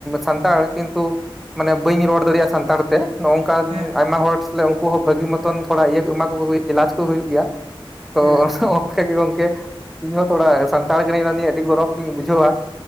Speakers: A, in the centre; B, on the right.
A: ᱥᱟᱱᱛᱟᱲ ᱠᱤᱱᱛᱩ ᱢᱟᱱᱮ ᱵᱟᱹᱧ ᱨᱚᱲ ᱫᱟᱲᱮᱭᱟᱜᱼᱟ ᱥᱟᱱᱛᱟᱲ ᱛᱮ᱾ ᱱᱚᱜᱝᱠᱟ
B: ᱦᱮᱸ
A: ᱟᱭᱢᱟ ᱦᱚᱲ ᱞᱮ ᱩᱱᱠᱩ ᱦᱚᱸ ᱵᱷᱟᱹᱜᱤ ᱢᱚᱛᱚᱱ ᱛᱷᱚᱲᱟ ᱤᱭᱟᱹ ᱮᱢᱟ ᱠᱚ <inaudible> ᱮᱞᱟᱡᱽ ᱠᱚ ᱦᱩᱭᱩᱜ ᱜᱮᱭᱟ᱾ ᱛᱚ
B: ᱦᱮᱸ
A: <unintelligible>
B: ᱦᱮᱸ ᱦᱮᱸ
A: <unintelligible> ᱜᱚᱝᱠᱮ ᱤᱧᱦᱚᱸ ᱛᱷᱚᱲᱟ ᱥᱟᱱᱛᱟᱲ ᱠᱟᱹᱱᱟᱹᱧ ᱚᱱᱟᱛᱮ ᱟᱹᱰᱤ ᱜᱚᱨᱚᱵᱽ ᱜᱤᱧ ᱵᱩᱡᱷᱟᱹᱣᱟ᱾